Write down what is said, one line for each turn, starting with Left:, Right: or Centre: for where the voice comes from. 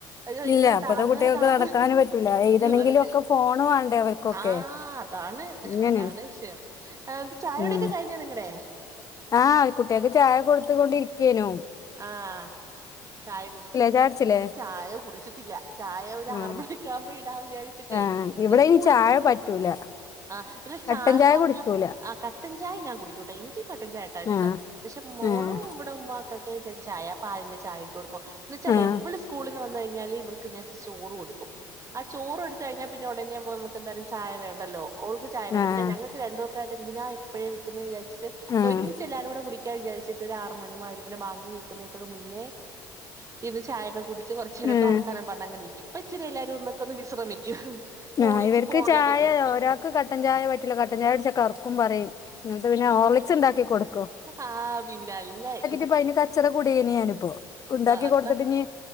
Right: അയ്യോ
Left: ഇല്ല ഇപ്പത്തെ
Right: തളർന്ന്
Left: കുട്ടികൾക്ക്
Right: തളർന്ന്
Left: നടക്കാനും പറ്റൂല എഴുതണെങ്കിലും
Right: നടക്കാൻ
Left: ഒക്കെ ഫോണ് വേണ്ടേ അവർക്കൊക്കെ
Right: ആഹ അതാണ്
Left: അങ്ങനെയാണ്
Right: അതാണ് വിഷയം ആ എന്നിട്ട് ചായോടിയൊക്കെ
Left: ഉം
Right: കഴിഞ്ഞോ നിങ്ങടെ
Left: ആഹ് കുട്ടികൾക്ക് ചായ കൊടുത്ത് കൊണ്ടിരിക്കേനു
Right: ആഹ് ചായ കുടിച്ച്
Left: ചായ കുടിച്ചില്ലേ
Right: ചായ കുടിച്ചിട്ടില്ല ചായ ഒരു
Left: ആഹ്
Right: ആറ് മണി ഒക്കെ ആവുമ്പോ ഇടാൻ വിചാരിച്ച
Left: ആഹ് ഇവിടെ
Right: ഇസ്കൂളന്ന്
Left: ഇനി ചായ പറ്റൂല
Right: ആ ഇല്ല
Left: കട്ടൻ
Right: ചായ
Left: കുടിക്കൂല
Right: ആ കട്ടൻ ചായ ഞാൻ കുടിക്കൂട്ടോ എനിക്ക് കട്ടൻ ചായട്ടാ ഇഷ്ടം
Left: ആഹ്
Right: പക്ഷെ മോളും
Left: ആഹ്
Right: ഇവിടെ ഉമ്മാ ഏ ചായ പാലിന്റെ ചായ ഇട്ട് കൊടുക്കും എന്ന് വച്ചാലേ
Left: ആഹ്
Right: ഇവള് സ്കൂളിൽന്ന് വന്ന് കഴിഞ്ഞാല് ഇവൾക്ക് ഞാൻ ചോറ് കൊടുക്കും ആ ചോറ് കൊടുത്ത് കഴിഞ്ഞാ പിന്നെ ഉടനെ ആവുമ്പോ നമക്ക് എന്തായാലും ചായ വേണ്ടല്ലോ ഒൾക്ക് ചായ വേണ്ട
Left: ആഹ്
Right: പിന്നെ ഞങ്ങക്ക് ങ്ങക്ക് രണ്ടും ഒക്കെ ആയിട്ട് എന്തിനാ ഇപ്പോഴേ വെക്കുന്നേന്ന് വിചാരിച്ചിട്ട്
Left: ആഹ്
Right: ഒരുമിച്ച് എല്ലാരും കൂടെ കുടിക്കാൻ വിചാരിച്ചിട്ട് ഒരു ആറ് മണി മഗ് ബാങ്ക് കേൾക്കുന്നതേക്കൊക്കെ മുന്നേ ഇത് ചായൊക്കെ കുടിച്ച് കുറച്ച് നേരൊക്കെ
Left: ആഹ്
Right: വർത്താനം പറഞ്ഞങ്ങനെ ഇരിക്കും അപ്പച്ചിരി എല്ലാരും ഒന്നൊക്കെ ഒന്ന് വിശ്രമിക്കും മോളിച്ചി
Left: ആഹ ഇവർക്ക്
Right: ഫോണിലൊക്കെ
Left: ചായ
Right: കളി
Left: ഒരാൾക്ക് കട്ടൻ ചായ പറ്റൂല കട്ടൻ ചായ കുടിച്ച കറ്ക്കും പറയും ഇന്നിട്ട് പിന്നെ ഹോർലിക്സ് ഇണ്ടാക്കി കൊടുക്കും
Right: ആഹ് പിന്നെ അല്ലെയ്
Left: ഇപ്പൊ അയിന് കച്ചറ കൂടേനി ഞാനിപ്പോ ഇണ്ടാക്കി
Right: അതാ
Left: കൊടുത്തിട്ട് ഇനി